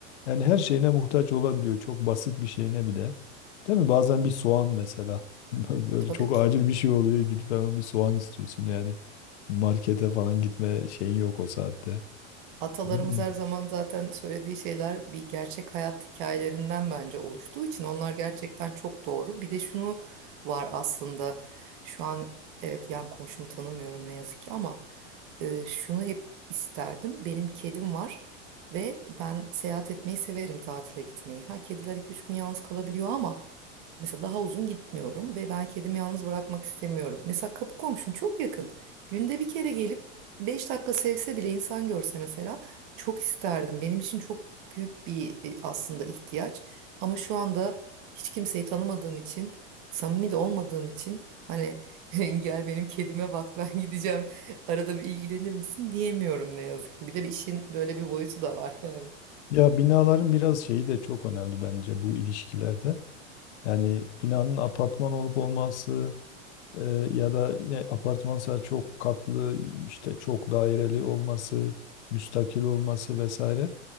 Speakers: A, on the left; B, on the right.
A: Yani her şeyine muhtaç olabiliyor. Çok basit bir şeyine bile. Değil mi? Bazen bir soğan mesela. <laughs> Böyle
B: tabii
A: çok
B: ki.
A: acil bir şey oluyor. Gidip hemen bir soğan istiyorsun yani. Markete falan gitme şeyin yok o saatte.
B: Atalarımız
A: Ne bileyim.
B: her zaman zaten söylediği şeyler bir gerçek hayat hikayelerinden bence oluştuğu için onlar gerçekten çok doğru. Bir de şunu var aslında şu an evet yan komşumu tanımıyorum ne yazık ki ama e, şunu hep isterdim. Benim bir kedim var ve ben seyahat etmeyi severim tatile gitmeyi. Ha kediler 2-3 gün yalnız kalabiliyor ama mesela daha uzun gitmiyorum ve ben kedimi yalnız bırakmak istemiyorum. Mesela kapı komşum çok yakın. Günde bir kere gelip Beş dakika sevse bile insan görse mesela çok isterdim. Benim için çok büyük bir e, aslında ihtiyaç. Ama şu anda hiç kimseyi tanımadığım için, samimi de olmadığım için hani <laughs> gel benim kedime bak ben <laughs> gideceğim arada bir ilgilenir misin diyemiyorum ne yazık ki. Bir de bir işin böyle bir boyutu da var yani.
A: Ya binaların biraz şeyi de çok önemli bence bu ilişkilerde. Yani binanın apartman olup olması Ee, ya da yine apartmansa çok katlı işte çok daireli olması, müstakil olması vesaire.